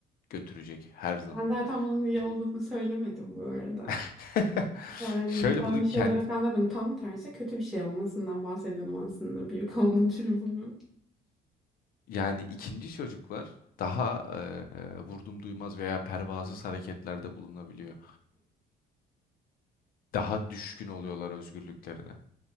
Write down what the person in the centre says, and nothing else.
Ben zaten bunun iyi
olduğunu söylemedim bu arada.
Yani
güzel
bir
şey olarak anlatmadım. Tam tersi kötü bir şey olmasından bahsediyordum aslında büyük olma durumunun.